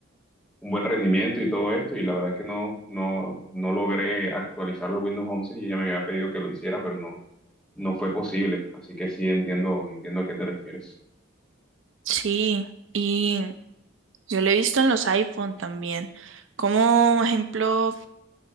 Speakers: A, in the centre; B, on the right.
A: un buen rendimiento y todo esto, y la verdad que no, no, no logré actualizarlo a Windows once y ella me había pedido que lo hiciera, pero no, no fue posible. Así que sí entiendo, entiendo a qué te refieres.
B: Sí, y yo lo he visto en los iPhone también. Como ejemplo